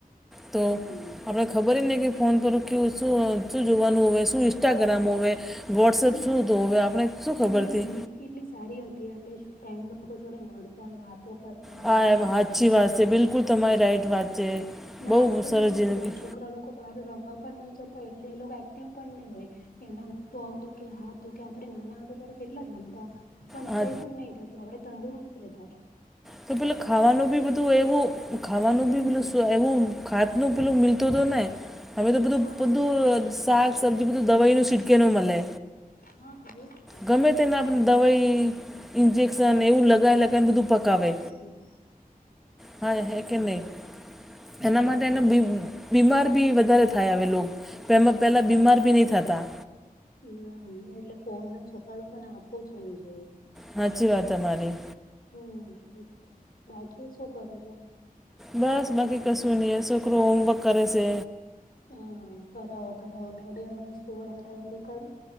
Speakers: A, in the centre; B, on the left.
A: તો
B: હમ
A: આપણે ખબર
B: તો
A: નહીં કે
B: શું
A: ફોન પર કે શું શું જોવાનું હોય શું ઇન્સ્ટાગ્રામ હોવે વોટ્સએપ
B: હા
A: શું હતું હવે આપને શું
B: પણ
A: ખબર
B: એ
A: હતી.
B: જિંદગી કેટલી સારી હતી આપણે ફ્રેન્ડનો એ લોકો જોડે મળતા વાતો કરતા રમતા
A: હા એમ સાચી
B: હા
A: વાત છે બિલકુલ તમારી રાઈટ વાત છે
B: ને
A: બહુ
B: આજકાલ
A: સરસ
B: શું
A: જિંદગી
B: છે છોકરા લોકો બહાર રમવા પણ નહી જતા એટલે એ લોગ એક્ટિવ પણ નહી હોય એમના પગ દુખે હાથ દુખે આપણે નાના હતા ત્યારે કેટલા રમતા આપણને
A: હા
B: કઈ પણ નહી થતું આપણે તંદુરસ્ત રહે.
A: તો પેલો ખાવાનું ભી બધું
B: છે
A: એવું ખાવાનું
B: હમ
A: ભી પેલું એવું ખાત નું પેલું મિલતું તો ને. હવે તો બધું
B: હા
A: બધું શાક-સબ્ઝી બધું દવાઈનું સીટકેલુ મળે.
B: હા ભાઈ.
A: ગમે તેને આપ દવાઈ ઈન્જેક્શન એવું લગાઇ લગાઇ ને બધું પકાવે.
B: હમ્મ.
A: હા હે કે નહી એના
B: તો
A: માટે
B: શું
A: એને બી બીમાર બી વધારે થાય હવે લોક પેમા પહેલાં બીમાર બી નહીં થતા.
B: હમ્મ એટલે ફોન ને છોકરા લોકોને આપવો જ નહિ હોઈએ.
A: હાચી વાત તમારી.
B: હમ્મ ઠીક છે. બાકી શું કરો છો?
A: બસ બાકી કશું નહી આ છોકરો હોમવર્ક કરે છે.
B: હ કરાવો કરાવો મે ભી હમણાં સુવાની તૈયારી કરુ.